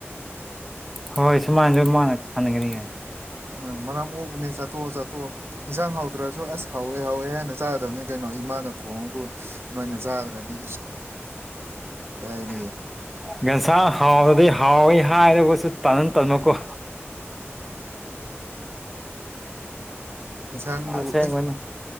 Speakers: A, in the centre; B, on the right.
A: ꯍꯣꯏ ꯁꯨꯃꯥꯏꯟꯖꯨ ꯃꯥꯅ ꯈꯥꯟꯅꯒꯅꯤꯌꯦ
B: ꯑ ꯃꯔꯝ ꯃꯣꯛꯄꯅꯦ ꯆꯠꯊꯣꯛꯑꯣ ꯆꯠꯊꯣꯛꯑꯣ ꯏꯟꯁꯥꯡ ꯍꯧꯇ꯭ꯔꯁꯨ ꯑꯁ ꯍꯥꯎꯋꯦ ꯍꯥꯎꯋꯦ ꯍꯥꯏꯅ ꯆꯥꯗꯕꯅꯦ ꯀꯩꯅꯣ ꯏꯃꯥꯅ ꯊꯣꯡꯉꯕꯨ ꯅꯣꯏꯅ ꯆꯥꯗ꯭ꯔꯗꯤ ꯀꯥꯏꯗꯒꯤ
A: <inaudible> ꯒꯟꯁꯥ ꯍꯥꯎꯔꯗꯤ ꯍꯥꯎꯋꯤ ꯍꯥꯏꯔꯒꯨꯁꯨ ꯇꯥꯟꯅꯟ ꯇꯟꯃꯀꯣ
B: ꯏꯟꯁꯥꯡꯗꯨꯕꯨ
A: ꯑꯁꯦꯡꯕꯅꯤ
B: ꯏꯁ